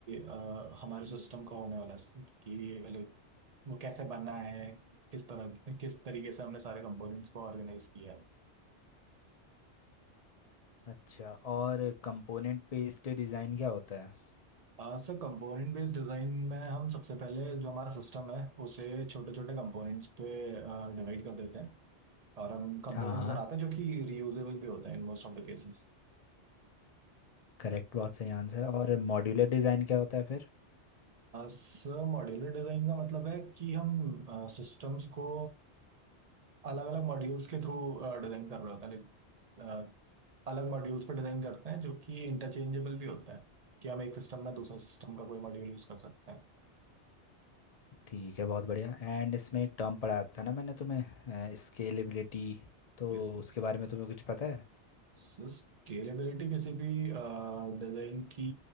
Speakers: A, on the right; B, on the left.
A: आ, हमारे सिस्टम का होने वाला है कि like, वो कैसे बना है किस तरह किस तरीके से हमने सारे कंपोनेंट्स को ऑर्गेनाइज किया है
B: अच्छा और कंपोनेंट बेस्ड डिज़ाइन क्या होता है
A: आ, सर कंपोनेंट बेस्ड डिज़ाइन में हम सबसे पहले जो हमारा सिस्टम है उसे छोटे छोटे कंपोनेंट्स पे डिवाइड कर देते हैं और हम कंपोनेंट्स
B: हाँ
A: बनाते
B: हाँ
A: हैं जो कि रियूजेबल भी होते हैं in most of the cases
B: करेक्ट बहुत सही आंसर और मॉड्यूलर डिज़ाइन क्या होता है फिर
A: Sir modular design का मतलब है कि हम सिस्टम्स को अलग अलग मॉड्यूल्स के थ्रू डिजाइन कर रहे होते हैं लाइक अलग मॉड्यूल्स पर डिजाइन करते हैं जो कि इंटरचेंजेबल भी होता है कि हम एक सिस्टम में दूसरा सिस्टम का कोई मॉड्यूल यूज कर सकते हैं
B: ठीक है बहुत बढ़िया एंड इसमें एक टर्म पढ़ाया था ना मैंने तुम्हें स्केलेबिलिटी तो
A: जैसे
B: उसके बारे में तुम्हें कुछ पता है
A: सो स्केलेबिलिटी किसी भी डिजाइन की